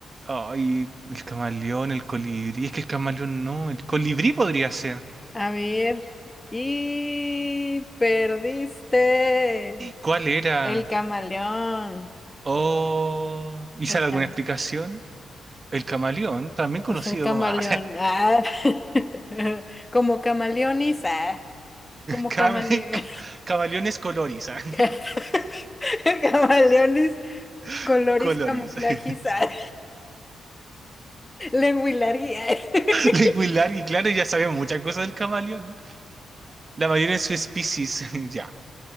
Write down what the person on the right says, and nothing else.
Ay, el camaleón, el colibrí. Es que el camaleón no, el colibrí podría ser.
¿Cuál era?
Oh, ¿y
sale alguna
explicación? El camaleón, también
conocido
como... <laughs> Ah.
Cam-
<laughs> camaleones coloris. ah,
<laughs> Coloris.
<laughs>
Linguilar y claro, ya sabemos muchas cosas del camaleón. La mayoría de su especies. <laughs> ya.